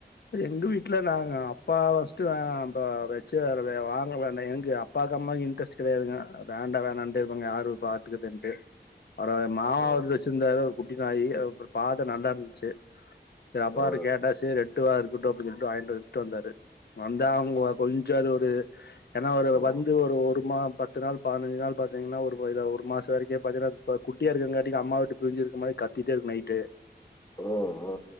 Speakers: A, on the left; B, on the left.
A: எங்க வீட்ல நாங்க அப்பா ஃபர்ஸ்ட்டு ப வச்சு வாங்கலனா எங்க அப்பாக்கு அம்மாக்கு இன்ட்ரெஸ்ட் கெடையாதுங்க வேண்டா வேணாண்டு இவங்க யாரு பாத்துக்குறதுன்ட்டு அப்ற எ மாமா
B: ஓ
A: ஒருத்தரு வச்சிருந்தாரு ஒரு குட்டி நாய் அப்ற பாத்த நல்லாருந்ச்சு செரிஅப்பா
B: ஓ
A: கிட்ட கேட்ட சேரி எடுத்துட்டு வா இருக்கட்டு அப்டின் சொல்லிட்டு வாங்கிட்டு எடுத்ட்டு வந்தாரு வந்தா அவனுங்கல கொஞ்சோ அது ஒரு ஏன்னா ஒரு
B: ஓ ஓ
A: வந்து ஒரு ஒரு மா பத்து நாள் பதினஞ்சு நாள் பாத்தீங்கனா ஒரு ஒரு மாச வரைக்கு அப்டியே பாத்தீங்கனா குட்டியா இருக்கங்காட்டிக்கு அம்மாவ விட்டு பிரிஞ்சிருக்க மாரி கத்திட்டே இருக்கு நைட்டு
B: ஒ ஒ